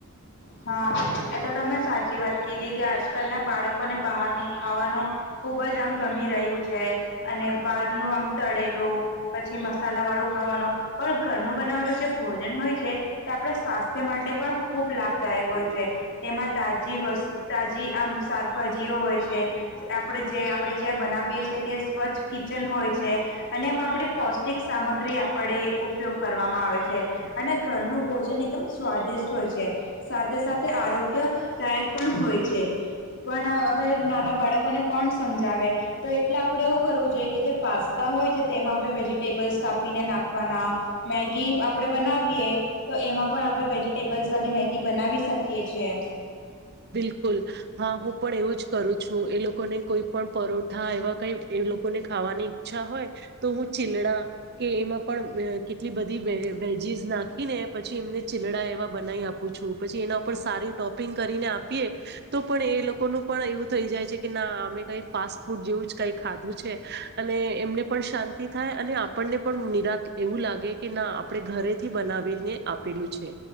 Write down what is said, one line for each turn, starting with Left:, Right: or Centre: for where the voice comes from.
Left: હા એ તો તમે સાચી વાત કીધી કે આજકાલ ના બાળકો લોકોને બહારનું ખાવાનું ખૂબ જ આમ ગમી રહ્યું છે અને બહારનું આમ તળેલું પછી મસાલા વાળું ખાવાનું પણ ઘરનું બનાવેલું જે ભોજન હોય છે તે આપણે સ્વાસ્થ્ય માટે પણ ખૂબ લાભ હોય છે તેમાં તા તાજી આમ શાકભાજીઓ હોય છે આપણે આપણે જ્યાં બનાવીએ છી તે સ્વચ્છ કિચન હોય છે અને એમાં આપે પૌષ્ટિક સામગ્રી પડે ઉપયોગ કરવામાં આવે છે અને ઘરનું ભોજન એકદમ સ્વાદિષ્ટ હોય છે. સાથે સાથે આરોગ્યદાયક પણ હોય છે. પણ હવે નાના બાળકોને કોણ સમજાવે તો એટલે આપડે એવું કરવું જોઈએ કે જે પાસ્તા ય તે આપ વેજીટેબલ્ કાપીને નાખવાના મેગી આપણે બનાવીએ તો તેમાં પણ આપણે વેજીિટેબલ્સ વાળી મેગી બનાવી શકીએ છ છે.
Right: બિલકુલ હા હું પણ એવું જ કરું છું એ લોકોને કોઈ પણ પરોઠા એવા કઈ એ લોકોને ખાવાની ઈચ્છા હોય તો હું ચીલડા કે એમાં પણ એટલી બધી વ વેજીસ નાખીને પછી એમને ચીલડા એવા બનાવી આપું છું પછી એના ઉપર સારી ટોપિંગ કરીને આપીએ તો પણ એ લોકોનું પણ એવું થઈ જાય છે કે ના અમે કઈ ફાસ્ટ ફૂડ જેવું જ કઈ ખાધું છે અને એમને પણ શાંતિ થાય અને આપણને પણ નિરા એવું લાગે કે ના આપણે ઘરેથી બનાવીને આપેલું છે